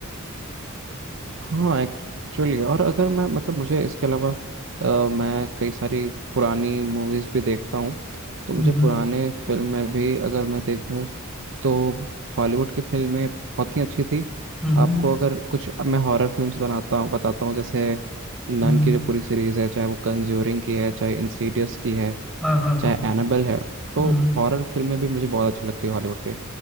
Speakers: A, on the right; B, in the centre.
A: हाँ एक्चुअली और अगर मैं मतलब मुझे इसके अलावा अ, मैं कई सारी पुरानी मूवीज भी देखता हूँ तो मुझे
B: हम्म
A: पुराने फिल्म में भी अगर मैं देखूँ तो हॉलीवुड की फिल्में बहुत ही अच्छी थी
B: हम्म हम्म
A: आपको अगर कुछ अब मैं हॉरर फिल्म्स बनाता हूँ बताता हूँ जैसे नन
B: हम्म,
A: की जो पूरी सीरीज है चाहे वो कंज्यूरिंग की है चाहे इंसीडियस की है
B: हाँ हाँ हाँ
A: चाहे एनाबेल है तो
B: हम्म
A: हॉरर फिल्में भी मुझे बहुत अच्छी लगती है हॉलीवुड के